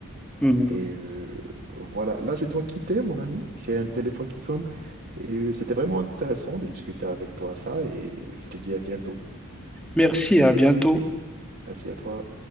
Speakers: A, in the centre; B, on the right.
A: Mm.
B: Et euh, voilà, là je dois quitter mon ami, j'ai un téléphone qui sonne et euh, c'était vraiment intéressant de discuter avec toi ça et je te dis à bientôt.
A: Merci, à bientôt.
B: Merci à toi.